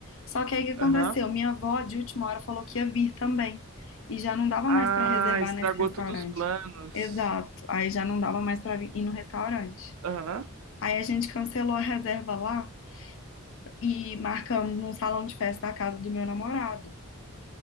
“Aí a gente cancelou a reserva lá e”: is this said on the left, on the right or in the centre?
Left